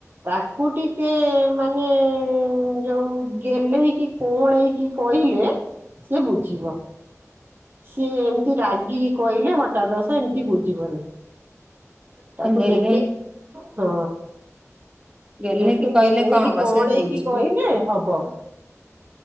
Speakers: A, on the right; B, on the right.
A: ତାକୁ ଟିକେ ମାନେ ଯୋଉ ଗେଲେହି କି କଅଁଳେଇ କି କହିଲେ ସିଏ ବୁଝିବ, ସିଏ ଏମିତି ରାଗି ରାଗିକି କହିଲେ ହଠା ଦଷ୍ଟ ଏମିତି ବୁଝିବନି। ତାକୁ
B: ଗେହ୍ଲେ
A: ଯେତେ ହଁ।
B: ଗେହ୍ଲେ
A: ଯେତେ
B: କି କହିଲେ
A: ଗେଲେଇକି
B: କଣ ହବ
A: କଅଁଳେଇ
B: ସେ ବୁଝିଲେ
A: କି କହିଲେ ହବ।